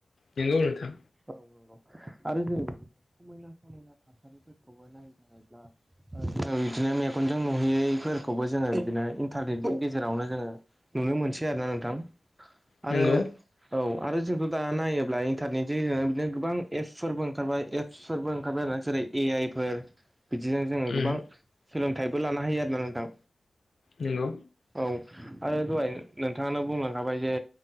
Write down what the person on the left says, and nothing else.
नोंगौ नोंथां।
नंगौ
उम
नंगौ।